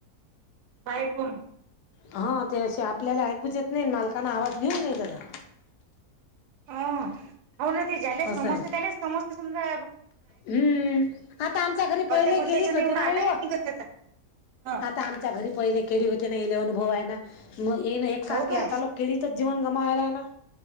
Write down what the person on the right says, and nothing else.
साहेबण
हा होऊन ते जले सस्त
त्याचाले सस्त समधा
भलत्या भलत्याच्यानं
एवढा
आटाही
नाही निघत त्याचा हा.
हो काय